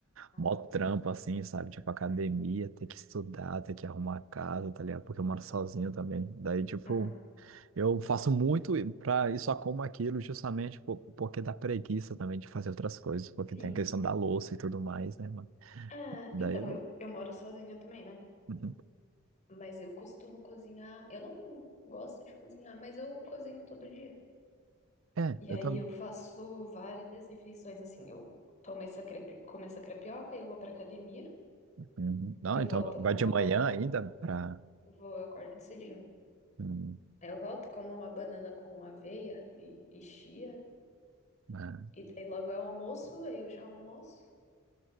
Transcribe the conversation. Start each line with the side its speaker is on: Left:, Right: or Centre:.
Left: Ah,
Right: mó trampo, assim, sabe? Tipo, academia, ter que estudar, ter que arrumar a casa, tá ligado? Porque eu moro sozinho também. Daí, tipo,
Left: Aham.
Right: eu faço muito e- pra isso, só como aquilo, justamente por- porque dá preguiça também de fazer outras coisas. Porque
Left: Sim.
Right: tem a questão da louça e tudo mais, né, mano?
Left: Ah,
Right: Daí
Left: então,
Right: eu não.
Left: eu, eu moro sozinha também, né?
Right: Uhum.
Left: Mas eu costumo cozinhar. Eu não gosto de cozinhar, mas eu cozinho todo dia.
Right: É,
Left: E
Right: eu
Left: aí
Right: tô.
Left: eu faço várias refeições, assim. Eu tomo essa crepe, como essa crepioca, eu vou pra academia.
Right: Uhum. Não,
Left: Eu
Right: então
Left: volto
Right: vai
Left: com uma
Right: de manhã
Left: banana,
Right: ainda
Left: com-
Right: para.
Left: vou eu acordo cedinho.
Right: Hum,
Left: Eu volto como uma banana com aveia e, e chia,
Right: Ah.
Left: e daí logo é o almoço, aí eu já almoço.